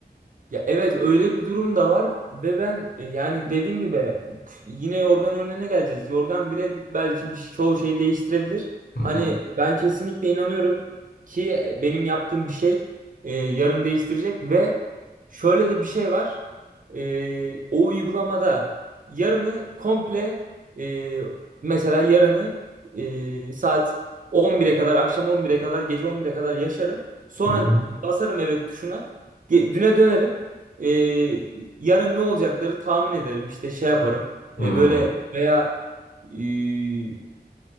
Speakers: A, on the right (about 50°); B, on the left (about 70°).
A: Ya evet öyle bir durum da var ve ben e, yani dediğim gibi yine yorgan önüne geleceğiz. Yorgan bile belki bir, şey, çoğu şeyi değiştirebilir.
B: Hı
A: Hani
B: hı.
A: ben kesinlikle inanıyorum ki e, benim yaptığım bir şey e, yarın değiştirecek ve şöyle de bir şey var. E, o uygulamada yarını komple e, mesela yarını e, saat 11'e kadar akşam 11'e kadar gece 11'e kadar yaşarım. Sonra
B: Hı hı.
A: basarım evet tuşuna. Ge- Düne dönerim. Ee, yarın ne olacakları tahmin ederim. İşte şey yaparım.
B: Hı.
A: Ee, böyle veya ee,